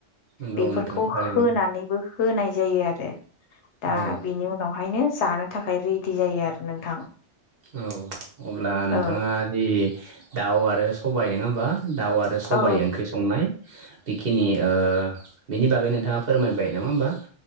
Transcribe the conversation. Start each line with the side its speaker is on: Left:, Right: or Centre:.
Right: नंगौ
Left: बेफोरखौ
Right: नोंथां थारैनो
Left: होनानैबो होनाय जायो आरो दा
Right: औ
Left: बेनि उनावहायनो जानो थाखाय रेडि जायो आरो। नोंथां
Right: औ अब्ला नोंथाङा
Left: औ
Right: जि दाउ आरो सबाय नोङा होमबा? दाउ आरो सबाय
Left: औ
Right: ओंख्रि संनाय। बेखिनि ओ बेनि बागै नोंथाङा फोरमायबाय नङा होमबा?